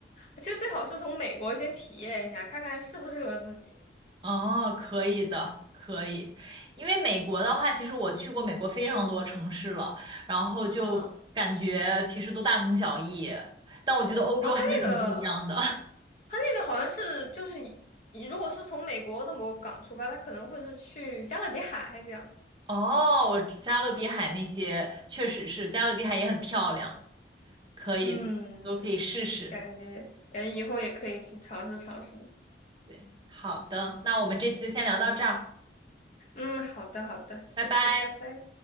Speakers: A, on the left (about 40°); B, on the right (about 25°).
A: 其实最好是从美国先体验一下，看看适不适合自己。
B: 哦，可以的，可以。因为美国的话，其实我去过美国非常多城市了，然后就感觉其实都大同小异，
A: 啊，
B: 但我觉得欧洲还是很不一样的。
A: 哦，他那个，他那个好像是就是以如果是从美国的某个港出发，他可能会是去加勒比海这样。
B: <laughs> 哦，我知加勒比海那些确实是，加勒比海也很漂亮，可以的，
A: 嗯，
B: 都可以试试。
A: 感觉感觉以后也可以去尝试尝试呢。
B: 对，好的，那我们这次就先聊到这儿，
A: 嗯，好的好的，谢谢，
B: 拜拜。
A: 拜拜。